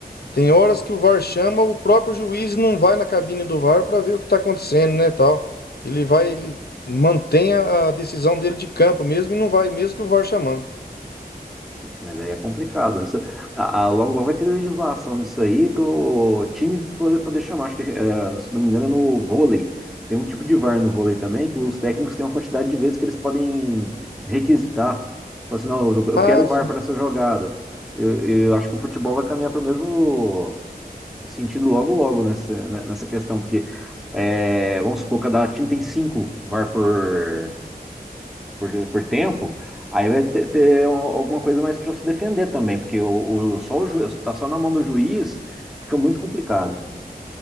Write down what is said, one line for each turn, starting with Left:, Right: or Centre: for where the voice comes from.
Left: Tem horas que o VAR chama, o próprio juiz não vai na cabine do VAR para ver o que tá acontecendo, né, tal. Ele vai, ele mantém a, a decisão dele de campo mesmo e não vai, mesmo que o VAR chamando.
Centre: Ixi, Mas aí é complicado. Isso- a- a- logo, logo vai ter legislação disso aí para o time poder, poder chamar. Acho que, eh, se não me engano, é no vôlei. Tem um tipo de VAR no vôlei também, que os técnicos têm uma quantidade de vezes que eles podem requisitar. Falar assim, não, eu eu
Left: Ah,
Centre: quero o
Left: sim.
Centre: VAR para essa jogada. Eu, eu acho que o futebol vai caminhar para o mesmo sentido logo, logo nessa, né, nessa questão, porque, eh, vamos supor, cada time tem cinco VAR por, por, por tempo, aí vai ter, ter alguma coisa mais para se defender também, porque o, o, só o juiz, tá só na mão do juiz, fica muito complicado.